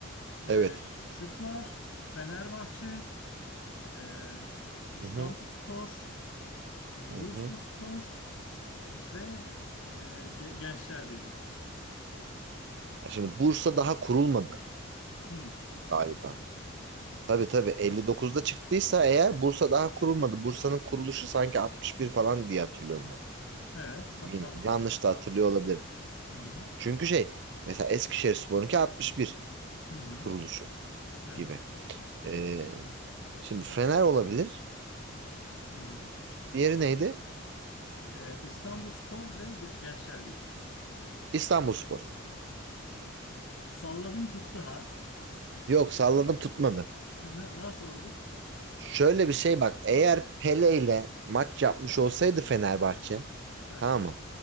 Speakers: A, on the left; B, on the right.
A: E,
B: Evet.
A: şıklar Fenerbahçe, e, İstanbulspor,
B: Hı-hı.
A: Bursaspor
B: Hı-hı.
A: ve e, Ge- Gençler Birliği.
B: Ya şimdi Bursa daha kurulmadı
A: Hı,
B: galiba. Tabii tabii 59'da çıktıysa eğer Bursa daha kurulmadı. Bursa'nın kuruluşu sanki 61 falan diye hatırlıyorum ben.
A: evet ta-
B: Bilmiyorum.
A: tamam.
B: Yanlış da hatırlıyor olabilirim.
A: Hı hı.
B: Çünkü şey mesela Eskişehirspor'unki 61
A: Hı hı.
B: kuruluşu
A: Evet.
B: gibi. Ee, şimdi Fener olabilir.
A: Hı hı.
B: Diğeri neydi?
A: E, İstanbulspor ve Ge- Gençler Birliği.
B: İstanbulspor.
A: Salladın tuttu ha.
B: Yok salladım tutmadı.
A: <laughs> Na- Nasıl oldu?
B: Şöyle bir şey bak. Eğer Pele ile maç yapmış olsaydı Fenerbahçe
A: Aha.
B: tamam mı?